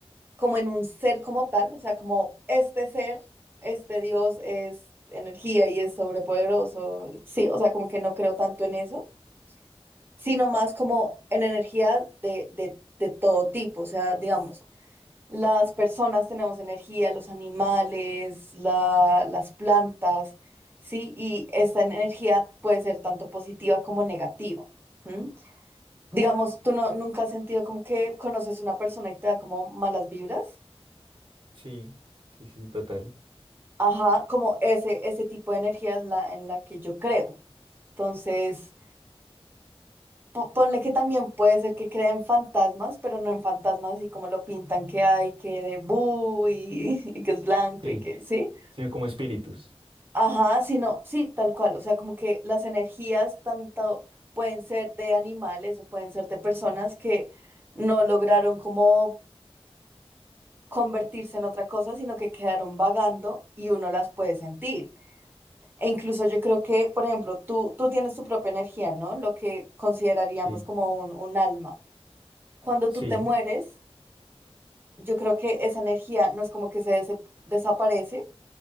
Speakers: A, on the right; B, on the right.
A: como en un ser como tal, o sea, como este ser, este Dios es energía y es sobrepoderoso, sí, o sea, como que no creo tanto en eso sino más como en energía de, de, de todo tipo. O sea, digamos, las personas tenemos energía, los animales, la- las plantas, ¿sí? Y esta energía puede ser tanto positiva como negativa. ¿m? Digamos, tú no, nunca has sentido como que conoces una persona y te da como malas vibras.
B: Sí, sí, sí, total.
A: Ajá, como ese, ese tipo de energía es la en la que yo creo. Entonces, Po- Ponle que también puede ser que crea en fantasmas, pero no en fantasmas así como lo pintan que hay, que de bu y, <laughs> y que es blanco
B: Sí,
A: y que, ¿sí?
B: sí, como espíritus.
A: Ajá, sino, sí, tal cual. O sea, como que las energías tanto pueden ser de animales o pueden ser de personas que no lograron como convertirse en otra cosa, sino que quedaron vagando y uno las puede sentir. E incluso yo creo que, por ejemplo, tú, tú tienes tu propia energía, ¿no? Lo que consideraríamos
B: Sí,
A: como un, un alma cuando
B: sí,
A: tú te mueres, yo creo que esa energía no es como que se des- desaparece,